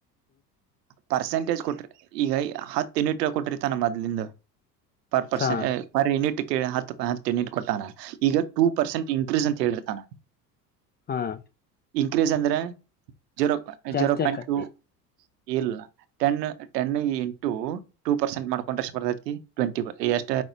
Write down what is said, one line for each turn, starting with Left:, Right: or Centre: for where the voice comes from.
Right: ಪರ್ಸೆಂಟೇಜ್ ಕೊಟ್ರಿ ಈಗ. ಹತ್ತು ಎನೆಟ ರೂಪಾಯಿ ಕೊಟ್ರ ತಾನ ಮದ್ಲಂದು. <unintelligible> ಪರ್ ಪರ್ಸನ್
Left: ಹಾ
Right: ಪರ್ ಯನಿಟ್. ಹ ಹಿಟ್ ಕೊಟ್ಟಾನ ಈಗ ಟೂ ಪರ್ಸೆಂಟ್ ಇನ್ಕ್ರೀಸ್ ಅಂತ ಹೇಳಿರ್ತಾನ. <unintelligible>
Left: ಹಾ. <unintelligible>
Right: ಇನ್ಕ್ರೀಸ್ ಅಂದ್ರೆ. ಜೀರೋ
Left: ಜಾಸ್ತಿ
Right: ಜೀರೋ ಪಾಯಿಂಟ್
Left: ಆಕತಿ
Right: ಟು. ಇಲ್ಲ ten ten into two percent ಮಾಡ್ಕೊಂಡ್ರೆಷ್ಟು ಬರತಿ ಟ್ವೆಂಟಿ ಎಷ್ಟ